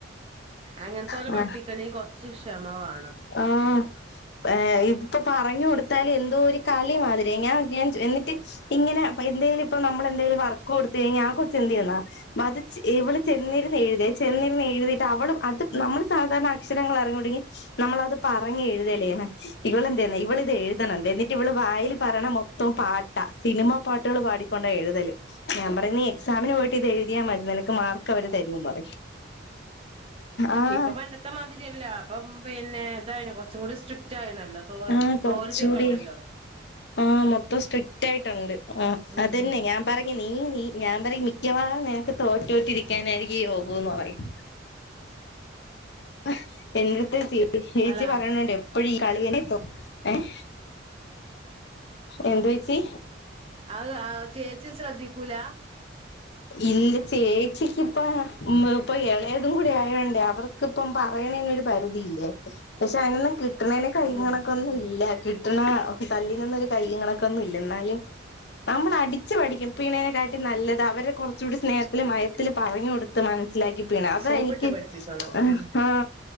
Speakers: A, on the right; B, on the left.
A: അങ്ങനത്തോലെ
B: ആ
A: പഠിപ്പിക്കണെ കൊറച്ച് ക്ഷമ വേണം
B: ആഹ് ഏഹ് ഇത് ഇപ്പൊ പറഞ്ഞു കൊടുത്താല് എന്തോ ഒരു കളി മാതിരിയ ഞാൻ ഞാൻ എന്നിട്ട് ട്ടിങ്ങനെ പയ് എന്തേലും ഇപ്പ നമ്മളെന്തേലും വർക്ക് കൊടുത്ത കഴിഞ്ഞാ ആഹ് കൊച്ച് എന്തു ചെയ്യന്നാ മത് ചെ ഇവള് ചെന്നിരുന്ന് എഴുതി ചെന്നിരുന്ന് എഴുതിട്ട് അവളും അത് നമ്മള് സാധാരണ അക്ഷരങ്ങൾ അറിഞ്ഞൂടെങ്കി നമ്മളത് പറഞ്ഞ് എഴുതലേന്ന് ഇവള് എന്ത് ചെയ്യന്നോ ഇവളിത് എഴുതണ എന്ത എന്നിട്ട് ഇവള് വായിൽ പറയ മൊത്തം പാട്ടാ സിനിമാ പാട്ടുകൾ പാടി കൊണ്ടാണ് എഴുതല് ഞാൻ പറയും നീ എക്സാമിന് പോയിട്ട് ഇത് എഴുതിയാ മതി നിനക്ക് മാർക്ക് അവര് തരൂന്ന് പറയും ആഹ്
A: ഇപ്പൊ പണ്ടത്തെ മാതിരിയല്ല അപ്പ പിന്നെ ഇതായന് കൊറച്ചു ഇവിടെ സ്ട്രിറ്റ് ആയ്ന്നല്ലോ തോൽ
B: ആഹ് കൊറച്ചൂടി
A: തോൽവിയക്ക ഒണ്ടല്ലോ
B: ആഹ് മൊത്തം സ്ട്രിക്റ്റായ്ട്ടൊണ്ട് ആഹ്
A: ഉം
B: അതന്നെ
A: ഉം
B: ഞാൻ പറ നീ നീ ഞാൻ പറയും മിക്കവാറും നിനക്ക് തോറ്റ്തോറ്റിരിക്കാനായിരിക്കും യോഗോന്ന് പറയും അഹ് എന്നിട്ട് ചേച്ചി
A: അല്ല
B: പറയുണ്ട് എപ്പോഴും ഈ കളിനെ എന്തോ ഏഹ് എന്തോ ച്ചി
A: ആഹ് ആഹ് ചേച്ചി ശ്രദ്ധിക്കൂല
B: ഇന്റെ ചേച്ചിക്കിപ്പം ഉം ഇപ്പൊ ഇളയതും കൂടി ആയോണ്ടേ അവർ ക്കിപ്പം പറയണേന് ഒരു പരിധിയില്ലേ പക്ഷെ അതിനൊന്നും കിട്ടണേന് കൈയും
A: ഉം
B: കണക്കും ഒന്നും ഇല്ല കിട്ടണ തല്ലിനൊന്നൊരു കൈയും കണക്കൊന്നും ഇല്ല എന്നാലും നമ്മൾ അടിച്ചു പഠിക്കും പീണേനെക്കാട്ടി നല്ലത് അവരെ കുറച്ചുകൂടി സ്നേഹത്തില് മയത്തില് പറഞ്ഞു കൊടു ത്ത് മനസ്സിലാക്കിപിണ അത
A: സോപ്പിട്ട്
B: എനിക്ക്
A: പഠിപ്പിക്കണം
B: ഇഹ്
A: ഉം
B: ഹാ